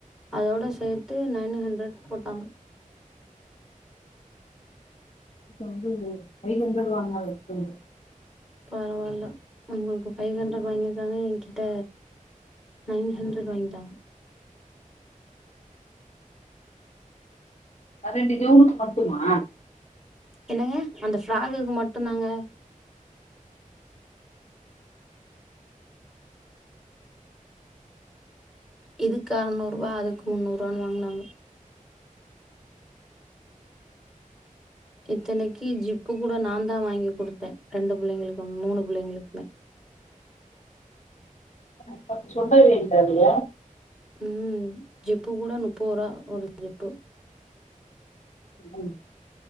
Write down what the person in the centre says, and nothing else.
அதோட சேத்து நைன் ஹண்ரட் போட்டாங்க
பரவால்ல உங்கள்க்கு ஃபைவ் ஹண்ட்ரட் வாங்கிருக்காங்க எங்கிட்ட நைன் ஹண்ரட் வாங்கிட்டாங்க
என்னங்க அந்த ஃப்ராகுக்கு மட்டுந் தாங்க இதுக்கு எற்நூறுவா அதுக்கு முன்னூறுவான்னு வாங்னாங்க இத்தனக்கி ஜிப் பு கூட நாந்தா வாங்கி குடுத்த ரெண்டு புள்ளைங்களுக்கு மூணு புள்ளைகளுக்குமே
ம் ஜிப்பு கூட முப்பத்ருவா ஒரு ஜிப்பு